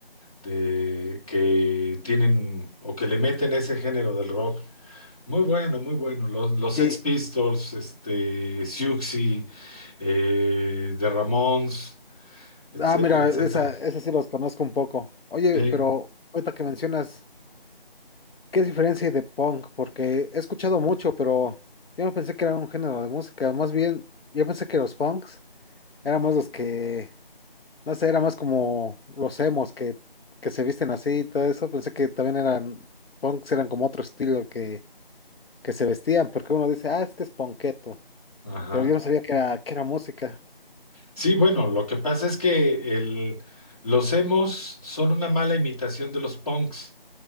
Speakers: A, on the left (about 40°); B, on the left (about 75°).
A: de que tienen o que le meten ese género del rock. Muy bueno, muy bueno. Los, los Sex
B: Y,
A: Pistols, este, Siouxsie, eh, The Ramones, etcétera,
B: ah, mira,
A: etcétera.
B: esa, esa sí los conozco un poco. Oye,
A: Sí,
B: pero ahorita que mencionas, ¿qué diferencia hay de punk? Porque he escuchado mucho, pero yo no pensé que era un género de música. Más bien, yo pensé que los punks eran más los que, no sé, era más como los emos que, que se visten así y todo eso. Pensé que también eran, punks eran como otro estilo que, que se vestían, porque uno dice, ah, es que es punketo.
A: ajá.
B: Pero yo no sabía que era, que era música.
A: Sí, bueno, lo que pasa es que el, los emos son una mala imitación de los punks.